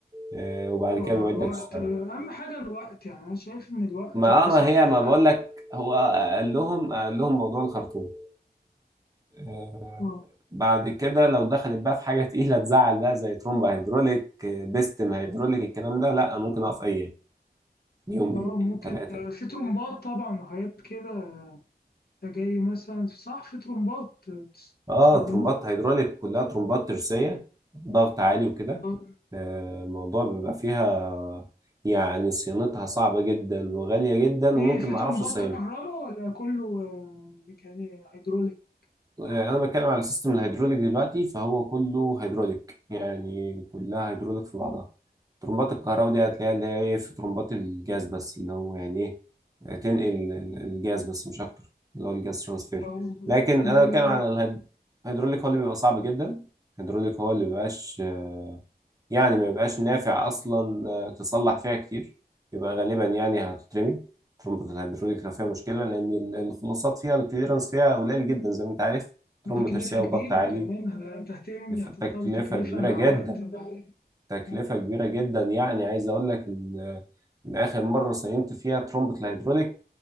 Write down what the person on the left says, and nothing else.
اه
الوقت
آه، اهم حاجه الوقت يعني انا شايف ان الوقت
هو
اصعب
حاجه
اه
اه
ممكن
آه، في ترومبات طبعا وحاجات كده جاي مثلا صح في ترومبات بتستخدموها
آه.
في
في
ترمبات
كهرباء ولا كله آه، ميكاني هيدروليك
يعني
آه،
ما ال-
تكلفة
كبيرة
كمان يعني لو تهتم
يعني
هتضطر تكلفة
مع
وقت مع
آه،